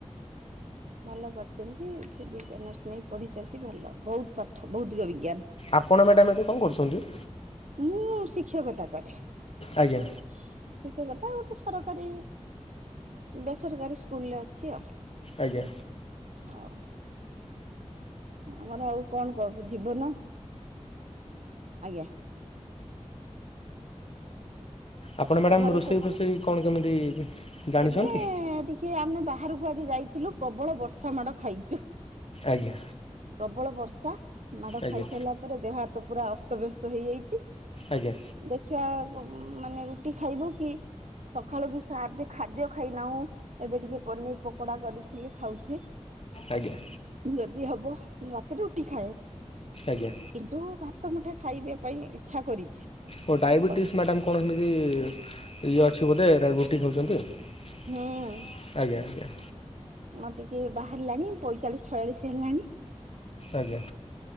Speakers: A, on the right; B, on the left.
A: ଭଲ କରିଛନ୍ତି ଫିଜିକ୍ସ ଅନର୍ସ ନେଇ ପଢ଼ିଛନ୍ତି ଭଲ ବହୁତ୍ ପାଠ ଭୌତିକ ବିଜ୍ଞାନ।
B: ଆପଣ ମ୍ୟାଡ଼ାାମ ଏବେ କଣ କରୁଛନ୍ତି?
A: ମୁଁ ଶିକ୍ଷକତା କରେ। ଶିକ୍ଷକତା
B: ଆଜ୍ଞା
A: ଆଉ ଗୋଟେ ସରକାରୀ ବେସରକାରୀ ସ୍କୁଲରେ ଅଛି ଆଉ।
B: ଆଜ୍ଞା।
A: ଆଉ ଆମର ଆଉ କଣ କ ଜୀବନ ଆଜ୍ଞା।
B: ଆପଣ
A: ଆଉ
B: ମ୍ୟାଡ଼ାମ୍
A: ଘରେ
B: ରୋଷେଇ
A: ସବୁ
B: ଫୋଷେଇ କଣ କେମିତି ଜାଣିଛନ୍ତି?
A: ଏବେ ଟିକେ ଆମେ ବାହାରକୁ ଆଜି ଯାଇଥିଲୁ ପ୍ରବଳ ବର୍ଷା ମାଡ଼ ଖାଇଚୁ।
B: ଆଜ୍ଞା।
A: ପ୍ରବଳ ବର୍ଷା ମାଡ଼
B: ଆଜ୍ଞା
A: ଖାଇସାରିଲା ପରେ ଦେହ ହାତ ପୁରା ଅସ୍ତବ୍ୟସ୍ତ ହେଇଯାଇଚି।
B: ଆଜ୍ଞା।
A: ଦେଖିବା ପ ମାନେ ରୁଟି ଖାଇବୁ କି ସଖାଳୁ ବି ଖାଦେ ଖାଦ୍ୟ ଖାଇନାଉଁ। ଏବେ ଟିକେ ପନିର ପକୋଡା କରିଥିଲି ଖାଉଛି।
B: ଆଜ୍ଞା।
A: ଯଦି ହବ ରାତି ରୁଟି ଖାଏ।
B: ଆଜ୍ଞା!
A: କିନ୍ତୁ ଭାତ ମୁଠାଏ ଖାଇବେ ପାଇଁ ଇଚ୍ଛା କରିଛି।
B: ଓ ଡାଇବେଟିସ୍
A: ବସ୍
B: ମ୍ୟାଡ଼ମ୍ କଣ ଏମିତି ଇଏ ଅଛି ବୋଧେ ରା ରୁଟି ଖାଉଊନ୍ତି। ଆଜ୍ଞା
A: ହୁଁ।
B: ଆଜ୍ଞା।
A: ମୋର ଟିକେ ବାହାରିଲାଣି ପଇଁଚାଳିଶ ଛୟାଳିଶ ହେଲାଣି।
B: ଆଜ୍ଞା।